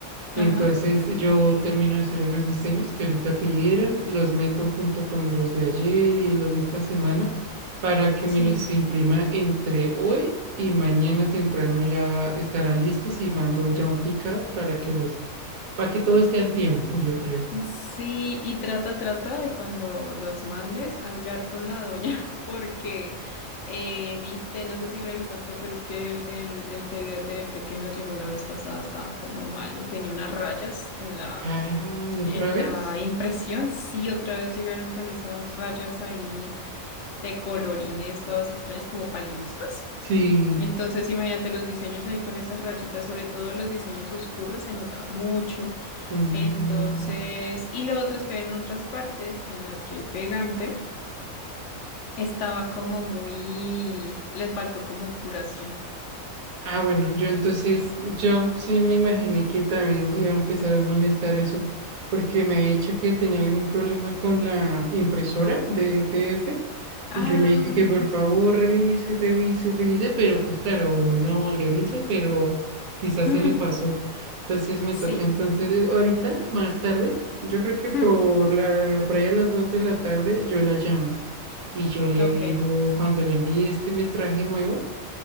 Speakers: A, on the right; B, on the left.
A: Entonces
B: Ajá,
A: yo termino de hacer unos diseños que ahorita pidieron, los meto junto con los de ayer y los de esta semana para que
B: sí.
A: me los imprima entre hoy y mañana temprano ya estarán listos y mando ya un pick-up para que los, para que todo esté al tiempo, yo creo.
B: Sí, y trata, trata de cuando los mandes hablar con la doña, <laughs> porque eh, viste, no sé si revisaste, pero es que el, el, el pedido de TF que nos llegó la vez pasada estaba como malo, tenía unas rayas en la,
A: Ah, ¿y otra
B: En
A: vez?
B: la impresión, sí, otra vez llegaron con esas rayas ahí de colorines todas extrañas como paliduzcas.
A: Sí.
B: Entonces, imagínate los diseños ahí con esas rayitas, sobre todo los diseños oscuros, se nota mucho.
A: Mm.
B: Entonces, y lo otro es que había en otras partes en las que el pegante estaba como muy, le faltó como curación.
A: Ah, bueno, yo entonces, yo sí me imaginé que también iba a empezar a molestar eso, porque me ha dicho que tenía algún problema con la impresora de E T F
B: Ah,
A: y yo le dije que por favor revise, revise, revise, pero pues claro, no le dice, pero quizás
B: mm,
A: se le pasó. Entonces me
B: sí,
A: toca entonces, eh, ahorita, más tarde, yo creo que por
B: mm,
A: la, por ahí a las 2 de la tarde, yo la llamo. Y yo le
B: ok,
A: digo, cuando le envíe este metraje nuevo,